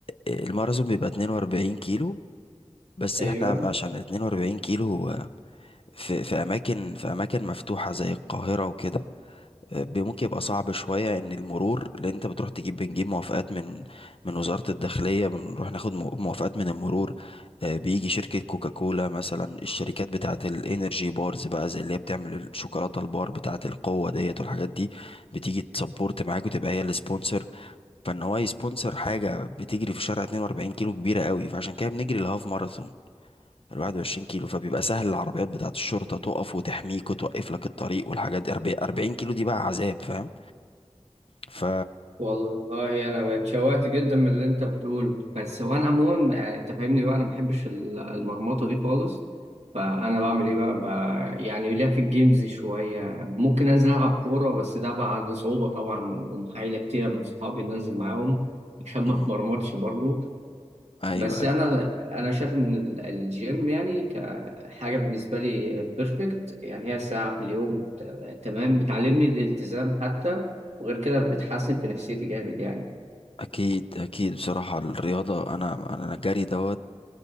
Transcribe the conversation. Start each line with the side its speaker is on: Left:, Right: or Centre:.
Left: الماراثون بيبقى 42 كيلو بس
Right: ايوه
Left: احنا عشان 42 كيلو هو في في اماكن في اماكن مفتوحة زي القاهرة وكده آه، بي- ممكن يبقى صعب شوية ان المرور لان انت بتروح تجيب بنجيب موافقات من من وزارة الداخلية بنروح ناخد مو- موافقات من المرور آه، بيجي شركة كوكاكولا مثلا الشركات بتاعة الانرجي بارز بقى زي اللي هي بتعمل الشوكولاتة البار بتاعة القوة ديت والحاجات دي بتيجي تسبورت معاك وتبقى هي السبونسر فان هو يسبونسر حاجة بتجري في شارع 42 كيلو كبيرة قوي فعشان كده بنجري الهاف ماراثون ال 21 كيلو فبيبقى سهل العربيات بتاعة الشرطة تقف وتحميك وتوقف لك الطريق والحاجات دي 40 40 كيلو دي بقى عذاب فاهم ف
Right: والله انا اتشوقت جدا من اللي انت بتقوله بس هو انا عموما آه، انت فاهمني بقى انا ما بحبش ال- المرمطة دي خالص فانا بعمل ايه بقى, بقى يعني ليا في الجيمز شوية ممكن انزل العب كورة بس ده بعد صعوبة طبعا ومحايلة كتيرة من صحابي إن انزل معاهم عشان
Left: مم.
Right: ما اتمرمطش برضه
Left: ايوه
Right: بس
Left: ايوه
Right: انا انا شايف ان ال- الجيم يعني كحاجه بالنسبه لي بيرفكت يعني هي ساعه في اليوم ت- تمام بتعلمني الالتزام حتى وغير كده بتحسن في نفسيتي جامد يعني
Left: اكيد اكيد بصراحه الرياضه انا انا الجري دوت